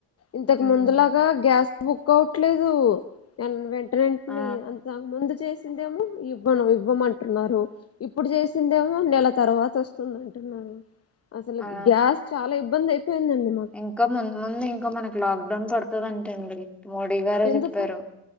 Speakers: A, on the left; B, in the centre.
A: ఇంతకు
B: ఉమ్
A: ముందులాగా గ్యాస్ బుక్ అవట్లేదు న వెంటనేంటిని
B: ఆ
A: అంత ముందు చేసిందేమో ఈ ఇవ్వను ఇవ్వమంటున్నారు ఇప్పుడు చేసిందేమో నెల తర్వాత వస్తుంద అంటున్నారు అసలు
B: ఆ
A: గ్యాస్ చాలా ఇబ్బంది అయిపోయిందండి మాకు
B: ఇంకా ముందు ముందు ఇంకా మనకి లాక్డౌన్ పడుతుందింటండి మోడీ గారే
A: ఎందుక
B: చెప్పారు